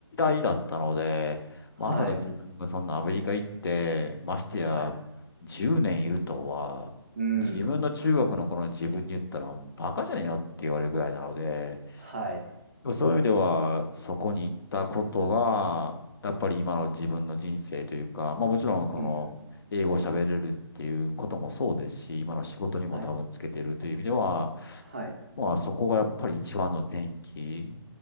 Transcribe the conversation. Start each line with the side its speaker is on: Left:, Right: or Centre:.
Left: 嫌いだったので、
Right: はい。
Left: まさか自分がそんなアメリカ行って、ましてや10年いるとは、
Right: はい。うん。
Left: 自分の中学の頃に自分に言ったら、バカじゃねえのって言われるぐらいなので、
Right: はい。
Left: でもそういう意味では、そこに行ったことが、やっぱり今の自分の人生というか、まあもちろんこの英語を喋れるっていうこともそうですし、
Right: うん。
Left: 今の仕事にも多分つけてるという意味では、
Right: はい。はい。
Left: まあそこがやっぱり一番の転機